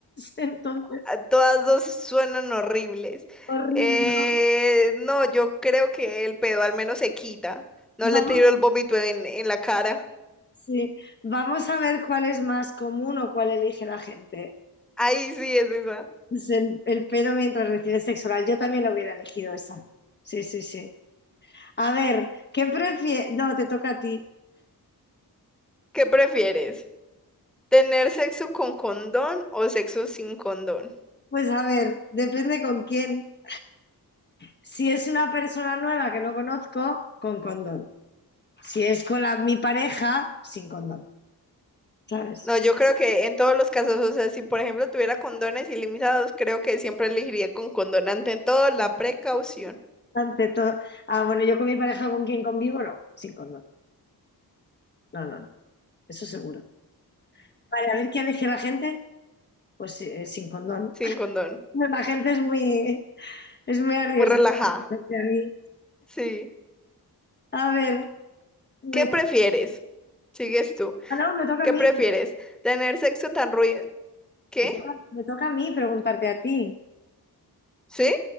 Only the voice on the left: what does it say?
Entonces,
horrible.
¿no?
Vamos,
sí. Vamos a ver cuál es más común o cuál elige la gente.
Es el, el pedo mientras recibes sexo oral. Yo también lo hubiera elegido esa. Sí, sí, sí. A ver, ¿qué prefieres? No, te toca a ti.
Pues a ver, depende con quién. Si es una persona nueva que no conozco, con condón. Si es con la- mi pareja, sin condón. ¿Sabes?
Ante todo. Ah, bueno, yo con mi pareja con quién convivo, no, sin condón. No, no, no. Eso seguro. Vale, a ver qué elige la gente. Pues sí, eh, sin condón.
<laughs>
La gente es muy, es muy arriesgada.
porque a mí-
A ver, me
to-
ah, no, me toca
a mí.
Me toca, me toca a mí preguntarte a ti.